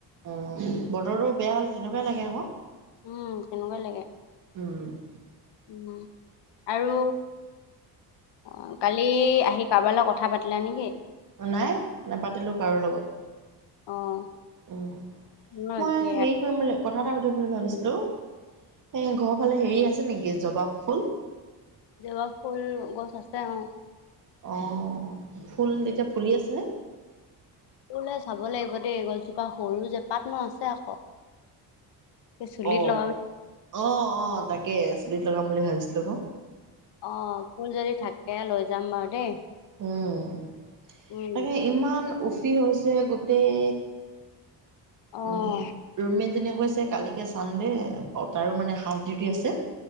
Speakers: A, on the right; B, on the left.
A: উম। বতৰটো বেয়া হলে তেনেকুৱাই লাগে আকৌ।
B: উম তেনেকুৱা লাগে।
A: উম
B: উম আৰু অঁ কালি আহি কাৰবাৰ লগত কথা পাতিলা নেকি?
A: নাই নাপাতিলো কাৰো লগত।
B: অ',
A: উ
B: ৰাতি
A: মই হেৰি কৰিম বুলি কথা এটা সুধিম বুলি ভাবিছিলো। এ ঘৰ ফালে হেৰি আছে নেকি জবা ফুল?
B: জবা ফুল গছ আছে অঁ।
A: অ ফুল এতিয়া ফুলি আছেনে?
B: এ মই চাব লাগিব দেই এই গছজোপা সৰু যে পাত নো আছে আকৌ। এই চুলিত
A: অ
B: লগাব
A: অ অ তাকে চুলিত লগাম বুলি ভাবিছিলো আক।
B: অ ফুল যদি থাকে লৈ যাম বাৰু দেই।
A: উম
B: উম।
A: তাকে ইমান উফি হৈছে গোটেই।
B: অ',
A: উম ৰুমমেট জনিয়ে কৈছে কালিকে চানডে অ তাৰো মানে হাফ ডিউটি আছে